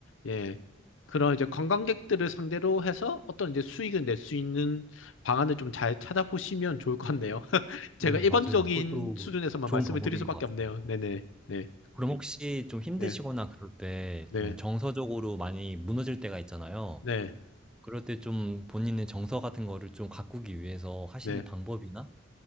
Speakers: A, on the left; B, in the centre.
A: 예, 그런 이제 관광객들을 상대로 해서 어떤 이제 수익을 낼 수 있는 방안을 좀 잘 찾아보시면 좋을 것 같네요. <laughs> 제가
B: 네,
A: 일반적인
B: 맞아요. 그것도
A: 수준에서만
B: 좋은
A: 말씀을
B: 방법인
A: 드릴 수밖에
B: 것 같습니다.
A: 없네요. 네네, 네,
B: 그럼 혹시 좀 힘드시거나
A: 네,
B: 그럴 때
A: 네,
B: 좀 정서적으로 많이 무너질 때가 있잖아요.
A: 네,
B: 그럴 때 좀 본인의 정서 같은 거를 좀 가꾸기 위해서 하시는
A: 네.
B: 방법이나